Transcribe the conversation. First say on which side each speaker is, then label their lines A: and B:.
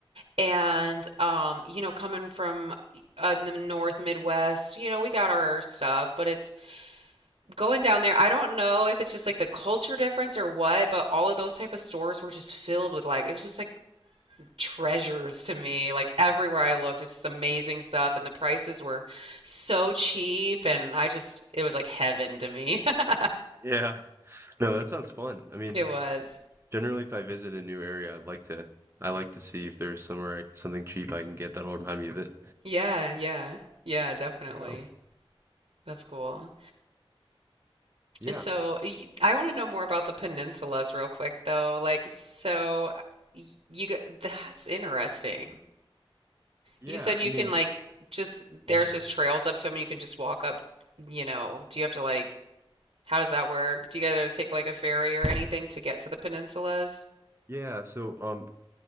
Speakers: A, on the right; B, on the right.
A: And um, you know, coming from uh, in the North Midwest, you know, we got our stuff, but it's going down there. I don't know if it's just like the culture difference or what, but all of those type of stores were just filled with like it was just like treasures to me. Like everywhere I looked, it's amazing stuff, and the prices were so cheap, and I just it was like heaven to me. <laughs>
B: Yeah. <laughs> No, that sounds fun. I mean,
A: It was.
B: generally if I visit a new area, I'd like to I like to see if there's somewhere I, something cheap I can get that'll remind me of it.
A: Yeah, yeah. Yeah, definitely.
B: Yeah.
A: That's cool.
B: Yeah.
A: So, y- I want to know more about the peninsulas real quick though. Like so y- you g- that's interesting.
B: Yeah,
A: You said you
B: I mean,
A: can like just there's
B: yeah.
A: just trails up to them and you can just walk up, you know. Do you have to like How does that work? Do you guys take like a ferry or anything to get to the peninsulas?
B: Yeah, so um